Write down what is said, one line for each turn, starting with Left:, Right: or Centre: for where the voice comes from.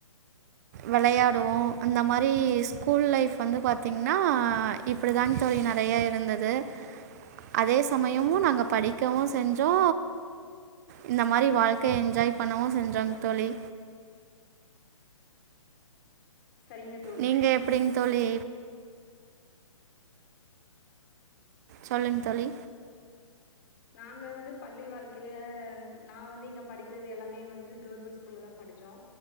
Right: வெளையாடுவோ அந்த மாரி ஸ்கூல் லைஃப் வந்து பாத்தீங்ன்னா இப்புடி தான் தோழி நெறையா இருந்தது அதே சமயமு நாங்க படிக்கவு செஞ்சோ இந்த மாரி வாழ்க்கைய என்ஜாய் பண்ணவு செஞ்சோங் தோழி
Left: சரிங்கத்
Right: நீங்க எப்புடிங் தோழி சொல்லுங் தோழி
Left: நாங்க வந்து பள்ளி வாழ்க்கையில நா வந்து பள்ளி வாழ்க்கையில நா வந்து இங்க படிக்கிறது எல்லாமே வந்து கவுர்மெண்ட் ஸ்கூல்ல தா படுச்சோ